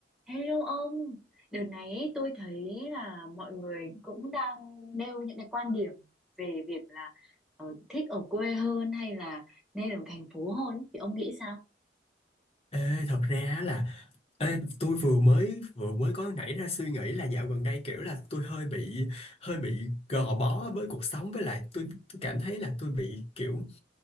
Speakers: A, in the centre; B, on the left.
A: Hello ông, đợt này ấy, tôi thấy là mọi người cũng đang nêu những cái quan điểm về việc là ờ, thích ở quê hơn hay là nên ở thành phố hơn ấy. Thì ông nghĩ sao?
B: Ê, thật ra á là ê, tôi vừa mới vừa mới có nảy ra suy nghĩ là dạo gần đây kiểu là tôi hơi bị hơi bị gò bó với cuộc sống với lại tôi tôi cảm thấy là tôi bị kiểu